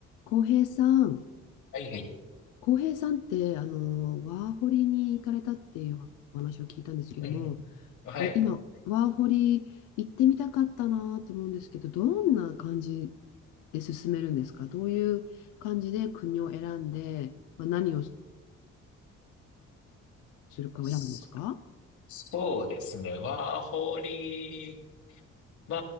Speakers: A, on the left; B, on the left.
A: 浩平さん、
B: はいはい。
A: 浩平さんって、あの、ワーホリに行かれたっていうお話を聞いたんですけども、
B: うんうん。はい。
A: え、今、ワーホリ行ってみたかったなと思うんですけど、どんな感じで進めるんですかどういう感じで国を選んで、まあ、何をするかを選ぶんですか
B: そそうですね。ワーホリま